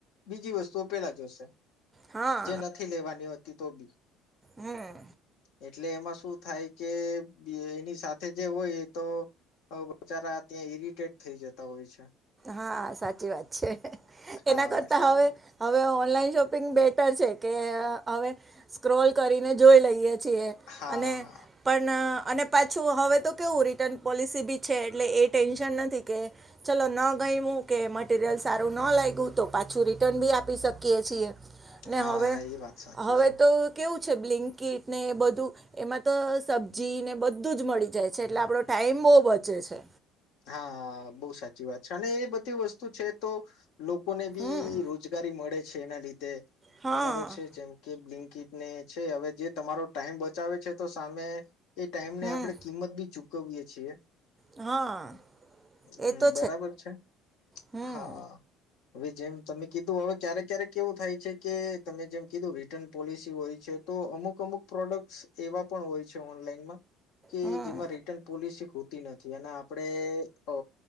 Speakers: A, on the left; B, on the right.
A: બીજી વસ્તુ એ પેલા જોશે.
B: હા
A: જે નથી લેવાની હોતી તો બી.
B: હમ
A: એટલે એમાં શું થાય કે બે એની સાથે જે હોય એ તો અહ બચારા ત્યાં ઈરિટેટ થઈ જતા હોય છે.
B: હા, સાચી વાત છે.
A: હા
B: એના કરતા
A: એટલે
B: હવે
A: આમ
B: હવે ઓ નલાઈન શોપિંગ બેટર છે કે અહ હવે સ્ક્રોલ કરીને જોઈ લઈએ છીએ
A: હા
B: અને પણ અહ અને પાછું હવે તો કેવું રિટર્ન પોલિસી બી છે એટલે એ ટેન્શન નથી કે ચલો ન ગઈમુ કે મટરિયલ સારું ન લાગ્યું તો પાછું રિટર્ન બી આપી શકીએ છીએ. ને
A: હા
B: હવે
A: એ વાત સાચી
B: હવે
A: છે
B: તો કેવું બ્િટ ને એ બધું એમાં તો સબ્જીને બધું જ મળી જાય છે એટલે આપણો ટાઈમ બહુ બચે છે
A: હા બહુ સાચી વાત છે અને એ બધી વસ્તુ છે તો લોકોને બી
B: હમ
A: રોજગારી મળે છે એના લીધે
B: હા
A: બરાબર છે જેમ કે બં િટને છે હવે જે તમારો ટાઈમ બચાવે છે તો સામે એ ટાઈમ ને
B: હમ
A: આપણે કિંમત બી ચૂક ક ગએ છી
B: હા
A: હમ
B: એ તો
A: બરાબર છે
B: હમ
A: હા હવે જેમ તમે કીધું હવે ક્યારેક ક્યારેક કેવું થાય છે કે તમે જેમ કીધું રિટર્ન પોલિસી હોય છે તો અમુક અમુક પ્રોડક્ટ એવા પણ હોય છે ઓનલાઈનમાં કે
B: હમ
A: જેમાં રિટર્ન પોલિસી હોતી નથી અને આપણે અ